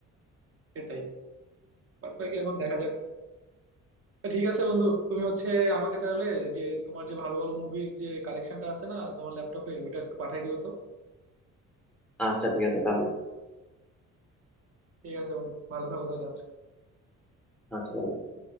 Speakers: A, on the right (about 50°); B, in the centre.
A: সেটাই বাট বাকি এখন দেখা যাক তো ঠিক আছে বন্ধু তুমি হচ্ছে আমাকে তাহলে যে তোমার যে ভালো ভালো মুভির যে কালেকশনটা আছে না তোমার ল্যাপটপে ওটা একটু পাঠাই দিও তো
B: আচ্ছা ঠিক আছে তাহলে
A: ঠিক আছে বন্ধু ভালো থাকো তাহলে আজকে
B: আচ্ছা bye-bye।